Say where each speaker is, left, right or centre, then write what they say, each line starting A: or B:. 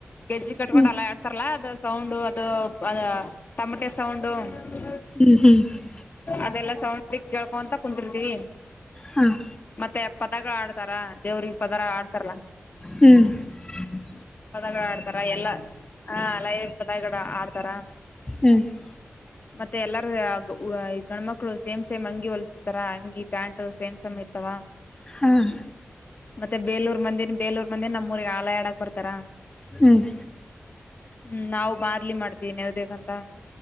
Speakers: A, on the left (about 40°); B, on the left (about 15°).
A: ಗೆಜ್ಜಿ
B: ಹ್ಮ್
A: ಕಟ್ಕೊಂಡ್ ಅಲ್ಲ <inaudible> ತರಲ್ಲ ಅದು ಸೌಂಡು ಅದು ಅದ ಟಮಟೆ ಸೌಂಡು. <inaudible>
B: ಹೂ ಹೂ <inaudible>
A: ಅದೆಲ್ಲ ಸೌಂಡಕ್ ಕೇಳ್ಕೊಂತ ಕುಂತರ್ತಿ. <inaudible>
B: ಹಾ <inaudible>
A: ಮತ್ತೆ ಪದಗಳು ಹಾಡ್ತಾರ ದೇವ್ರಿಗೆ ಪದರ ಹಾಡ್ತಾರಾ ಅಲ್ಲಾ? <inaudible>
B: ಹೂ <inaudible> <unintelligible>
A: ಪದಗಳ ಹಾಡ್ತಾರ ಎಲ್ಲಾ ಆಲಯ ಪದಗಡ ಹಾಡ್ತಾರ. <inaudible>
B: ಹ <inaudible>
A: ಮತ್ತೆ ಎಲ್ಲಾರ ಆ ವ ಗಂಡಮಕ್ಳು ಸೇಮ್ ಸೇಮ್ ಅಂಗಿ ಹೊಲ್ಸ <inaudible> ತರ ಅಂಗಿ ಪ್ಯಾಂಟ್ ಸೇಮ್ ಸೇಮ್ ಇರ್ತವ <inaudible>
B: ಹಾ <inaudible>
A: ಮತ್ತೆ ಬೇಲೂರ್ ಮಂದಿನ ಬೇಲೂರ್ಮಂದಿ ನಮ್ಮೂಊರಿಗೆ ಹಾಡ ಹಾಡಕ್ ಬರ್ತಾರ. <inaudible>
B: ಹೂ <inaudible>
A: ಹೂ ನಾವು ಬಾರ್ಲಿ ಮಾಡ್ತೀವಿ ನ್ಯಾವ್ದೇಕಂತ. <inaudible>